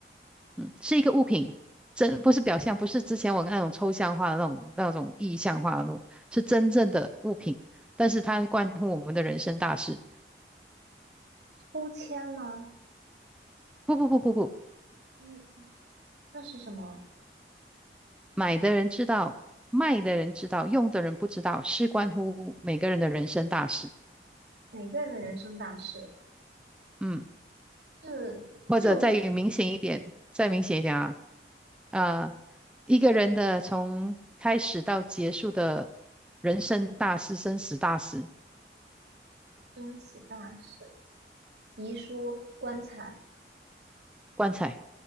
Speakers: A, in the centre; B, on the right.
A: 嗯，是一个物品，真不是表象，不是之前我那种抽象化的那种那种意象化的那种，是真正的物品。但是它关乎我们的人生大事。
B: 抽签吗？
A: 不不不不不，
B: 一，那是什么？
A: 买的人知道，卖的人知道，用的人不知道，事关乎每个人的人生大事。
B: 每个人的人生大事
A: 嗯，
B: 是这个物
A: 或者再明显一点，再明显一点啊，啊，一个人的从开始到结束的人生大事、生死大事，
B: 升起大事，遗书、棺材
A: 棺材、